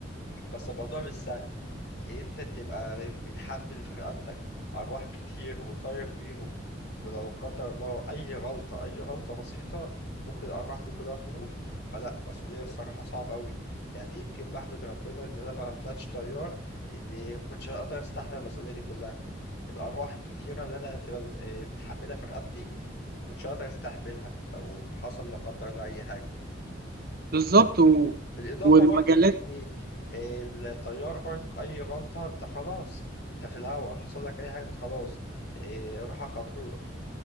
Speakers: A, on the left; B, on the right.
A: بس الموضوع مش سهل إن أنت تبقى بتحمل في رقبتك أرواح كتير وطاير بيهم ولو قدر الله أي غلطة أي غلطة بسيطة ممكن الأرواح دي كلها تروح فلا مسؤولية الصراحة صعبة أوي يعني يمكن بحمد ربنا إن أنا ما طلعتش طيار لأن ما كنتش هقدر أستحمل المسؤولية دي كلها الأرواح الكتيرة اللي أنا هتبقى بت- آه، بتحملها في رقبتي ما كنتش هقدر أستحملها لو حصل لا قدر الله أي حاجة.
B: بالظبط و...
A: بالإضافة
B: والمجالات
A: برضك إن الطيار برضك أي غلطة أنت خلاص أنت في الهوا حصل لك أي حاجة أنت خلاص إيه، روحك هتروح